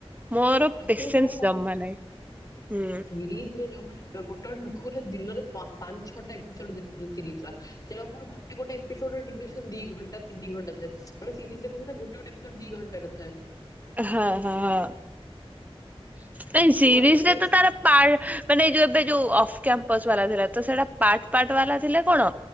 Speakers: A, on the right; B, on the left.
A: ମୋର
B: ଆକ୍ଚୁଆଲି
A: ପେସେନ୍ସ
B: ସେଇଟା କଣ
A: ଜମା ନାହିଁ। ହୁଁ।
B: ସିରିଜରେ ଯୋଉ ମାନେ ଗୋଟେ ଲୋକ ଗୋଟେ ଦିନରେ ପାଞ୍ଚ ଛଅଟା ଏପିସୋଡ଼ ଦେଖି ଦେଉଛି ସିରିଜର। ସେ ଗୋଟେ ଗୋଟେ ଏପିସୋଡ ଡ୍ୟୁରେସନ୍ ଦି ଘଣ୍ଟା ତିନି ଘଣ୍ଟା ଥାଏ ମାନେ ସିରିଜରେ କଥା ଗୋଟେ ଗୋଟେ ଏପିସୋଡ୍ ଦି ଘଣ୍ଟାର ଥାଏ।
A: ହଁ ହଁ ହଁ ନାଁ ସିରିଜରେ
B: ମୁଁ ଗୋଟେ ସିରିଜ
A: ତ ତାର ପାଲ୍‌ ମାନେ ଯୋଉ ଏବେ ଯୋଉ ଅଫକପସ୍ ବାଲା ଥିଲା ତ ସେଟା ପାଟ ପାଟ ବାଲା ଥିଲେ କଣ